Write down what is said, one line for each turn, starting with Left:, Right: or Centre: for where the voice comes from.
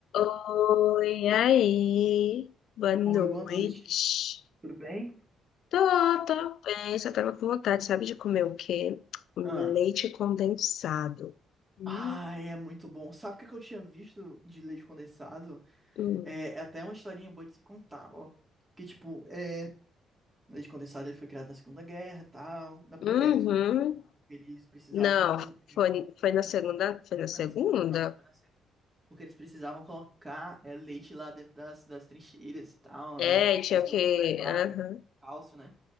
Left: Oi, aí, boa noite.
Right: Oi, boa noite. Tudo bem?
Left: Tô, tô bem, só tava com vontade, sabe, de comer o quê? Um
Right: Ah.
Left: leite condensado. Hum,
Right: Ah, é muito bom. Sabe o que é que eu tinha visto de leite condensado?
Left: hum.
Right: É, é até uma historinha boa de se contar, ó. Que, tipo, é, leite condensado ele foi criado na Segunda Guerra, tal. Na Primeira
Left: Uhum.
Right: Guerra, desculpa. Porque eles precisavam...
Left: Não, foi, foi na
Right: Foi
Left: segunda,
Right: na,
Left: foi na segunda?
Right: foi na Segunda? Pronto, foi na Segunda. Porque eles precisavam colocar é, leite lá dentro das, das trincheiras e tal,
Left: É,
Right: né?
Left: tinha
Right: Para os
Left: o
Right: soldados
Left: quê?
Right: levarem.
Left: Aham.
Right: Cálcio, né?